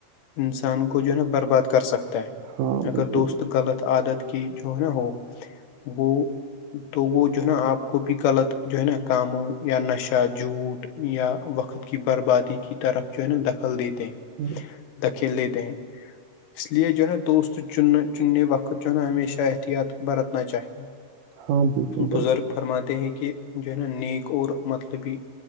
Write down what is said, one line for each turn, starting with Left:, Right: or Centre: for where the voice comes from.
Left: انسان کو جو ہے نا برباد کر سکتا
Right: ہاں بالکل
Left: اگر دوست غلط عادت کی جو ہے نا ہو وہ تو وہ جو ہے نا آپ کو بھی غلط جو ہے نا کاموں یا نشہ جھوٹ یا وقت کی بربادی کی طرف جو ہے نا دخل دیتے ہیں
Right: ہوں
Left: دکھیل دیتے ہیں اس لیے جو ہے نا دوست چننا چننے وقت جو ہے نا ہمیشہ احتیاط برتنا چاہیے
Right: <inaudible> بالکل
Left: بزرگ فرماتے ہیں کہ جو نا نیک اور مطلبی